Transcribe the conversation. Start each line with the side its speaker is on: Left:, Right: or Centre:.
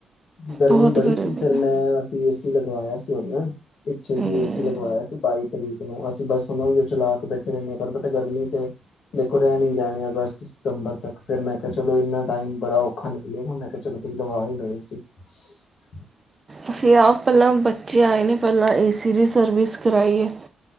Left: ਗਰਮੀ
Right: ਬਹੁਤ
Left: ਬੜੀ
Right: ਗਰਮੀ
Left: ਸੀ, ਫਿਰ
Right: ਹੈ
Left: ਮੈਂ ਅਸੀਂ ਏਸੀ ਲਗਵਾਇਆ ਸੀ ਹੁਨੇ ਪਿੱਛੇ
Right: ਹਮ
Left: ਜ ਏ ਸੀ ਲਗਵਾਇਆ ਸੀ ਬਾਈ ਤਰੀਕ ਨੂੰ ਅਸੀਂ ਬਸ ਦਸ ਪੰਦਰਾਂ ਉਹ ਚਲਾ ਕੇ ਬੈਠੇ ਰਹਿੰਦੇ ਪਰ ਬਟ ਗਰਮੀ ਤੇ ਦੇਖੋ ਰਹਿਣੀ ਹੀ ਅਗਸਤ ਸਤੰਬਰ ਤੱਕ ਫੇਰ ਮੈਂ ਕਿਹਾ ਚਲੋ ਇੰਨਾ ਟਾਈਮ ਬੜਾ ਔਖਾ ਨਿਕਲੇਗਾ ਮੈਂ ਕਿਹਾ ਚਲੋ ਤੁਸੀਂ ਲਵਾ ਹੀ ਲ <inaudible>
Right: ਅਸੀ ਆਪ, ਪਹਿਲਾਂ ਬੱਚੇ ਆਏ ਨੇ ਪਹਿਲਾਂ ਏ ਸੀ ਦੀ ਸਰਵਿਸ ਕਰਾਈ ਏ